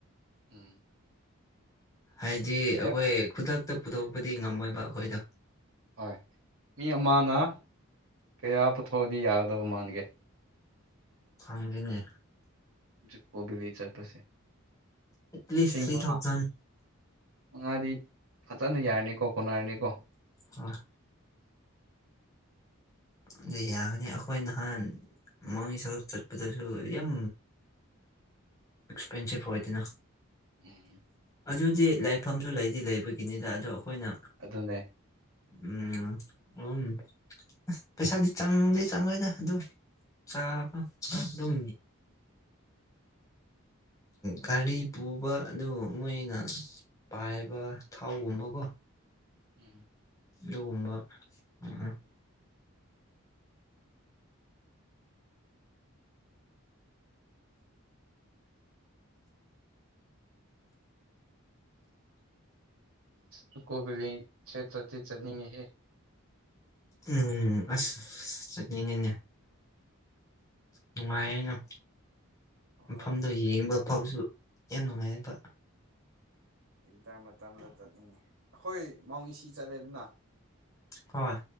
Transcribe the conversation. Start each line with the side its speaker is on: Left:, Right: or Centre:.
Right: ꯎꯝ
Left: ꯍꯥꯏꯗꯤ
Right: ꯃꯤ
Left: ꯑꯩꯈꯣꯏ ꯈꯨꯗꯛꯇ ꯄꯨꯊꯣꯛꯄꯗꯤ ꯉꯝꯃꯣꯏꯕ ꯑꯩꯈꯣꯏꯗꯣ
Right: ꯍꯣꯏ ꯃꯤ ꯑꯃꯅ ꯀꯌꯥ ꯄꯨꯊꯣꯛꯑꯗꯤ ꯌꯥꯒꯗꯕ ꯃꯥꯟꯒꯦ
Left: ꯈꯪꯗꯦꯅꯦ
Right: ꯖꯨꯀꯣ ꯕꯦꯂꯤ ꯆꯠꯄꯁꯦ
Left: ꯑꯦꯠꯂꯤꯁ
Right: ꯁꯤꯡ
Left: ꯊ꯭ꯔꯤ
Right: ꯃꯉꯥ
Left: ꯊꯥꯎꯖꯟ
Right: ꯃꯉꯥꯗꯤ ꯐꯖꯅ ꯌꯥꯔꯅꯤꯀꯣ ꯀꯣꯟꯅꯔꯅꯤꯀꯣ
Left: ꯑꯥ ꯑꯗꯨ ꯌꯥꯒꯅꯤ ꯑꯩꯈꯣꯏ ꯅꯍꯥꯟ <unintelligible> ꯆꯠꯄꯗꯁꯨ ꯌꯥꯝ ꯑꯦꯛꯁ꯭ꯄꯦꯟꯁꯤꯞ ꯑꯣꯏꯗꯅ
Right: ꯎꯝ
Left: ꯑꯗꯨꯗꯤ ꯂꯥꯏꯐꯝꯁꯨ ꯂꯩꯗꯤ ꯂꯩꯕꯒꯤꯅꯤꯗ ꯑꯗꯣ ꯑꯩꯈꯣꯏꯅ
Right: ꯑꯗꯨꯅꯦ
Left: ꯎꯝ ꯑꯣ ꯑꯁ ꯄꯩꯁꯥꯗꯤ ꯆꯪꯗꯤ ꯆꯪꯂꯣꯏꯗ ꯑꯗꯨꯝ ꯆꯥꯕ ꯑꯗꯨꯝ ꯒꯥꯔꯤ ꯄꯨꯕ ꯑꯗꯨ ꯃꯣꯏꯅ ꯄꯥꯏꯕ ꯊꯥꯎꯒꯨꯝꯕꯀꯣ
Right: ꯎꯝ
Left: ꯑꯗꯨꯒꯨꯝꯕ ꯎꯝ
Right: ꯖꯨꯀꯣ ꯕꯦꯂꯤꯁꯦ ꯆꯠꯇꯤ ꯆꯠꯅꯤꯡꯉꯦꯍꯦ
Left: ꯎꯝ ꯑꯁ ꯆꯠꯅꯤꯡꯉꯦꯅꯦ ꯅꯨꯡꯉꯥꯏꯅ
Right: ꯍꯣꯏ
Left: ꯃꯐꯝꯗꯣ ꯌꯦꯡꯕ
Right: ꯋꯤꯟꯇꯔ
Left: ꯐꯥꯎꯁꯨ ꯌꯥꯝ ꯅꯨꯡꯉꯥꯏꯌꯦꯕꯥ
Right: ꯋꯤꯟꯇꯔ ꯃꯇꯝꯗ ꯆꯠꯅꯤꯡꯉꯦ ꯑꯩꯈꯣꯏ ꯃꯧ ꯏꯁꯤ ꯆꯠꯂꯦꯗꯅ
Left: ꯍꯣꯏ